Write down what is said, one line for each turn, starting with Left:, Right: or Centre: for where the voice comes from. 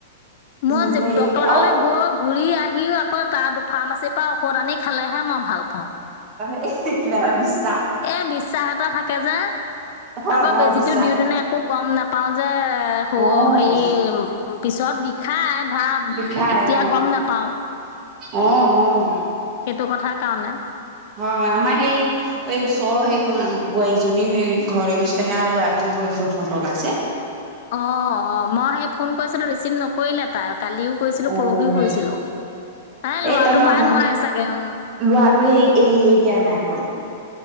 Left: মই
Right: নহ'লে
Left: ডক্তৰ
Right: এই আৰু
Left: দালে গৈ ঘূৰি আহিও আকৌ তাত ফাৰ্মাচী তা ঔষধ আনি খালেহে মই ভাল পাওঁ।
Right: এহহে কিবা এটা দিছ
Left: এ, বিশ্বাস এটা থাকে যে।
Right: হয়
Left: আগৌ
Right: হয়
Left: বেজিো
Right: বিশ্বাস
Left: দিওঁতেনে একো গম নাপাও যে হে-হেৰি
Right: অ'
Left: পিছত বিখাই ধৰা
Right: বিষাই
Left: এতিয়া
Right: অ'
Left: গম নাপাওঁ।
Right: অ', অ।
Left: সেইটো কথাৰ কাৰণে।
Right: হয় আমাৰ সেই এই ওচৰৰ সেই মে-বোৱাৰীজনী সেই ঘৰলৈ গৈছিলে সেয়া ল'ৰাটো বসন্ত ওলাইছে।
Left: অ', অ' মই সেই ফোন কৰিছিলো ৰিচিভ নকৰিলে তাই। কালিও কৈছিলো,
Right: অ'
Left: পৰহিও কৈছিলো। এ, লৰাটো
Right: তেহেতৰ
Left: পায়
Right: ঘৰ
Left: নোৱাৰে চাগে, অ'।
Right: লোৱাটো এ এই এৰিয়ে দিয়া নাই একণ।